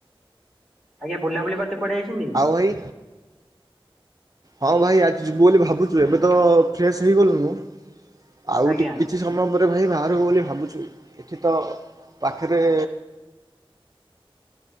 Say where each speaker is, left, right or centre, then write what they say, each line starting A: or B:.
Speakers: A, in the centre; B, on the right.
A: ଆଜ୍ଞା ବୁଲାବୁଲି କରିତେ କୁଆଡ଼େ ଯାଇସିନ୍ତି?
B: ଓ ଭାଇ ହଁ ଭାଇ ଆଜି ଯିବୁ ବୋଲି ଭାବୁଚୁ ଏବେ ତ ଫ୍ରେସ୍ ହେଇଗଲୁନୁ। ଆଉ
A: ଆଜ୍ଞା
B: ଟିକେ କିଛି ସମୟ ପରେ ଭାଇ ବାହାରିବୁ ବୋଲି ଭାବୁଛୁ। ଏଠି ତ ପାଖେରେ